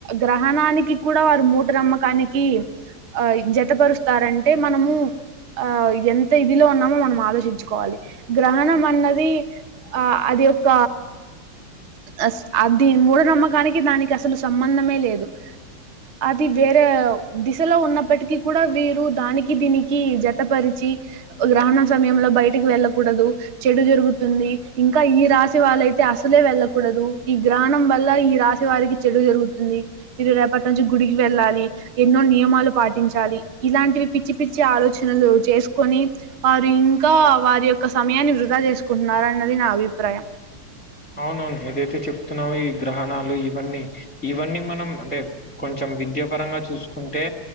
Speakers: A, on the right; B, in the centre.
A: గ్రహణానికి కూడా వారు మూట నమ్మకానికి ఆ జతపరుస్తారంటే మనము ఆ ఎంత ఇదిలో ఉన్నామో మనం ఆలోచించుకోవాలి గ్రహణం అన్నది ఆ అది ఒక్క అస్ అ దిన్ని మూఢనమ్మకానికి దానికి అసలు సంబంధమే లేదు అది వేరే దిశలో ఉన్నప్పటికీ కూడా వీరు దానికి దీనికి జతపరిచి గ్రహణం సమయంలో బయటికి వెళ్ళకూడదు చెడు జరుగుతుంది ఇంకా ఈ రాశి వాళ్ళైతే అసలే వెళ్ళ కూడదు ఈ గ్రహణం వల్ల ఈ రాశి వారికి చెడు జరుగుతుంది ఇది రేపటి నుంచి గుడికి వెళ్ళాలి ఎన్నో నియమాలు పాటించాలి ఇలాంటివి పిచ్చి పిచ్చి ఆలోచనలు చేసుకొని వారు ఇంకా వారి యొక్క సమయాన్ని వృధా చేసుకుంటున్నారు అన్నది నా అభిప్రాయం
B: అవునవును ఏదైతే చెప్తున్నావో ఈ గ్రహణాలు ఇవన్నీ ఇవన్నీ మనం అంటే కొంచం విద్యా పరంగా చూసుకుంటే